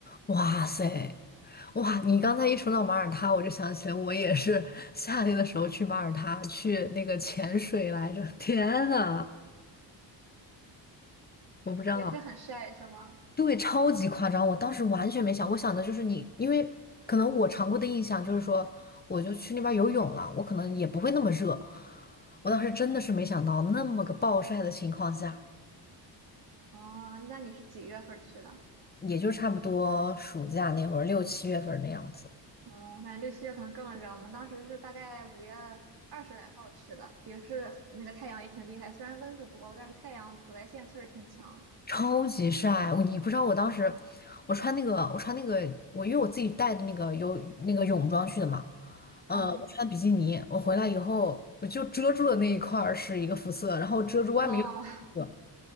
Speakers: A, on the left; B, on the right.
A: 哇塞，哇！你刚才一说到马耳他，我就想起来，我也是夏天的时候去马耳他去那个潜水来着。天呐，我不知道，
B: 也是很晒，是吗？
A: 对，超级夸张，我当时完全没想，我想的就是你，因为可能我常规的印象就是说，我就去那边游泳了，我可能也不会那么热。我当时真的是没想到，那么个暴晒的情况下，
B: 哦，那你是几月份儿去的？
A: 也就差不多暑假那会儿六七月份那样子。
B: 嗯，我感觉六七月可能更热。我们当时是大概五月二十来号儿去的，也是很那个太阳也挺厉害，虽然温度不高，但是太阳紫外线确实挺强。
A: 超级晒，我你不知道我当时，我穿那个我穿那个我因为我自己带的那个游那个泳装去的嘛，
B: 嗯，
A: 嗯、我穿比基尼，我回来以后我就遮住了那一块儿是一个肤色，然后遮住外面又是一个肤色。
B: 哦，